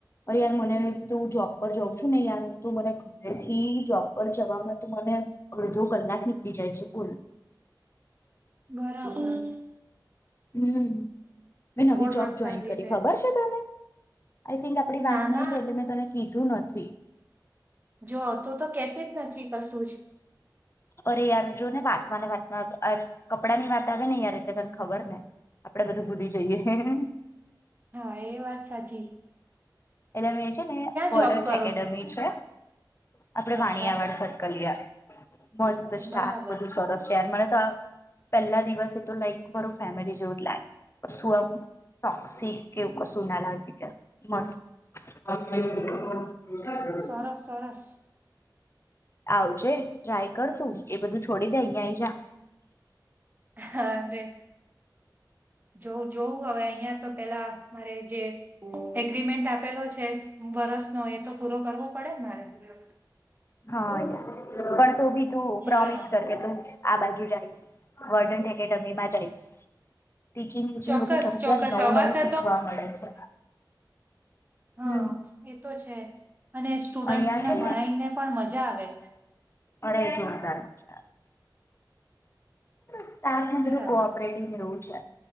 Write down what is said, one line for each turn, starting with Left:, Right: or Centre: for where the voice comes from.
Left: અરે યાર મને તું જોબ પર જાઉં છું ને યાર તો મને થી જોબ પર જવામાં તો મને અડધો કલાક નીકળી જાય છે. બોલ?
Right: બરાબર.
Left: હમ્મ, મેં
Right: રોડ
Left: નવી જોબ
Right: રસ્તાને
Left: જોઈન
Right: લીધે
Left: કરી. ખબર છે તને? આઈ થિંક આપણી
Right: ના
Left: વાત નહી
Right: ના
Left: થઈ એટલે મેં તને કીધું નથી.
Right: જો તું તો કેહતી જ નથી કશું જ.
Left: અરે! યાર જો ને વાતમાની વાતમાં આ ચ કપડાંની વાત આવેને યાર એટલે તને ખબર જ ને. આપડે બધું ભૂલી જઈએ. હે હે હે.
Right: હા, એ વાત સાચી છે.
Left: એટલે મેં છે ને બોડન્ટ
Right: જોબ કરો
Left: એકેડેમી છે. આપણે
Right: અચ્છા
Left: વાણિયાવાડ સર્કલ યાર. મસ્ત સ્ટાફ
Right: બરાબર
Left: બધું સરસ છે અને મને તો પહેલા દિવસે તો લાઈક બરું ફેમિલી જેવું જ લાગે. કશું આમ ટોક્સિક કે એવું કશુંના લાગે ક્યાંક. મસ્ત. <unintelligible>
Right: સરસ સરસ.
Left: આવજે. ટ્રાય કર તું. એ બધું છોડી દે અહીંયા આવીજા.
Right: હા હવે. જોવું જોવું હવે અહીંયા તો પહેલા મારે જે એગ્રીમેન્ટ આપેલો છે વરસનો એ તો પૂરો કરવો પડે ને મારે પેહલે હવે તો.
Left: હા, યાર. પણ તું ભી તું પ્રોમિસ
Right: એટલા માટે
Left: કર કે તું આ બાજુ જ આઈશ. વોર્ડન એકેડેમીમાં જ આઈશ. ટીચિંગ વીચિંગ
Right: ચોક્કસ
Left: બધું સરસ
Right: ચોક્કસ
Left: યાર. નવું
Right: અવાસે
Left: નવું શીખવા મળે છે.
Right: હ અ,
Left: હમ
Right: એ તો છે અને સ્ટુડન્ટસ
Left: અહિયાં
Right: ને
Left: છે
Right: ભણાઈ ને પણ મજા આવે.
Left: અરે! જોરદાર મજા આવે. સ્ટાફનું બધું
Right: બરાબર
Left: કો-ઓપરેટિવ ને એવું છે.